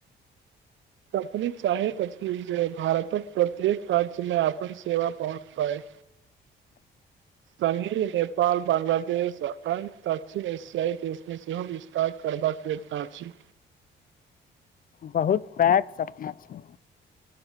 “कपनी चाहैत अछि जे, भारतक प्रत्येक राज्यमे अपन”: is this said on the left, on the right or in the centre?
Right